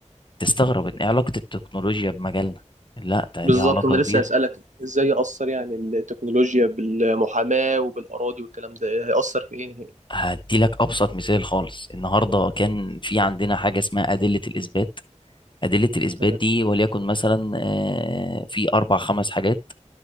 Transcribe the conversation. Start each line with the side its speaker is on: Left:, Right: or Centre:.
Left: تستغرب إن إيه علاقة التكنولوجيا بمجالنا لا ده
Right: بالظبط
Left: ليها علاقة
Right: انا لسه
Left: كبيرة
Right: هسألك ازاي يأثر يعني التكنولوجيا بالمحاماة وبالأراضي والكلام ده هيأثر في ايه نهائي؟
Left: هديلك أبسط مثال خالص النهاردة كان في عندنا حاجة اسمها أدلة الإثبات أدلة الإثبات
Right: تمام
Left: دي وليكن مثلا آه، في أربع خمس حاجات